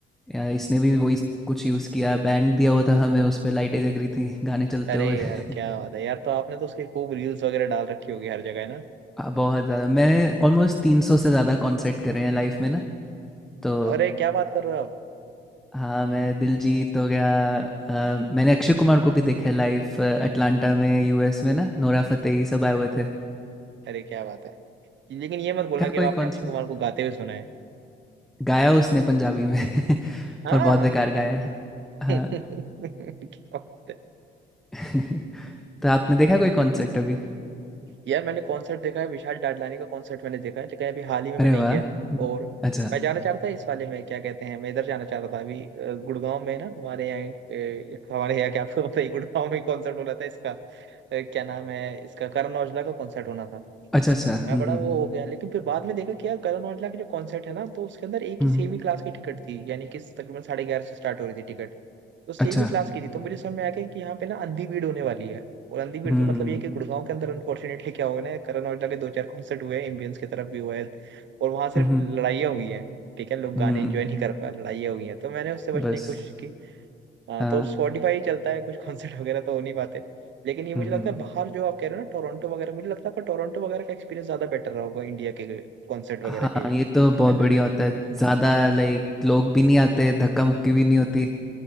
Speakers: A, in the centre; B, on the right.
A: यार इसने भी वही सब कुछ यूज़ किया बैंड दिया हुआ था हमें उस पे लाइटें जग रही थी गाने चलते
B: अरे
A: हुए <laughs>
B: यार क्या बात है यार तो आपने तो उसके खूब रील्स वगैरह डाल रखी होगी हर जगह है ना
A: आ, बहुत ज़्यादा मैं ऑलमोस्ट तीन सौ से ज़्यादा कॉन्सर्ट करे हैं लाइफ में ना तो
B: अरे क्या बात कर रहे हो आप
A: हाँ मैं दिलजीत हो गया आ, मैंने अक्षय कुमार को भी देखा है लाइव अटलांटा में यूएस में ना नोरा फतेही सब आए हुए थे
B: अरे क्या बात है लेकिन ये मत बोलना
A: क्या
B: कि
A: कोई
B: अब आपने
A: कॉन्सर्ट
B: अक्षय कुमार को गाते हुए सुना है
A: गाया उसने पंजाबी में <laughs>
B: हाँ
A: पर बहुत बेकार
B: यार
A: गाया हाँ
B: <laughs> क्या बात है
A: <laughs> तो आपने देखा कोई कॉन्सर्ट अभी
B: यार मैंने कॉन्सर्ट देखा है विशाल डडलानी का कॉन्सर्ट मैंने देखा है लेकिन अभी हाल ही में मैं
A: अरे
B: नहीं
A: वाह
B: गया
A: हम्म,
B: और
A: अच्छा
B: मैं जाना चाहता था इस वाले में क्या कहते हैं मैं इधर जाना चाहता था अभी अ, गुड़गांव में ना हमारे यहाँ अ, हमारे यहाँ क्या आपको पता है गुड़गांव में कॉन्सर्ट हो रहा था इसका अ, क्या नाम है इसका करण औजला का कॉन्सर्ट होना था
A: अच्छा अच्छा
B: तो मैं
A: हम्म
B: बड़ा
A: हम्म
B: वो हो गया लेकिन फिर बाद में देखा कि यार करण औजला के जो कॉन्सर्ट है ना तो उसके अंदर एक
A: हम्म।
B: ही सेम ही क्लास की टिकट थी यानी कि तकरीबन साढ़े ग्यारह से स्टार्ट हो रही थी टिकट तो सेम
A: अच्छा।
B: ही क्लास की थी तो मुझे समझ में आ गया कि यहाँ पे ना अंधी भीड़ होने वाली है और अंधी भीड़
A: हुँ।
B: का मतलब ये है कि गुड़गांव के अंदर अनफॉर्चुनेटली क्या हुआ ना करण औजला के दो चार कॉन्सर्ट हुए हैं एम्बियंस की तरफ भी हुआ है और वहां सिर्फ
A: उहुँ,
B: लड़ाइयाँ हुई हैं ठीक है लोग गाने
A: हुँ।
B: एंजॉय नहीं कर पाए लड़ाइयाँ हुई हैं तो मैंने उससे बचने
A: बस
B: की कोशिश की हाँ
A: अ,
B: तो स्पॉटिफाई चलता है कुछ कॉन्सर्ट वगैरह तो हो नहीं पाते लेकिन ये मुझे
A: उहुँ।
B: लगता है बाहर जो आप कह रहे हो ना टोरंटो वगैरह मुझे लगता है आपका टोरंटो वगैरह का एक्सपीरियंस ज्यादा बेटर रहा होगा इंडिया के कॉन्सर्ट वगैरह
A: हाँ,
B: के कंपेरिजन
A: ये तो बहुत बढ़िया
B: में ना
A: होता है। ज़्यादा लाइक लोग भी नहीं आते, धक्का-मुक्की भी नहीं होती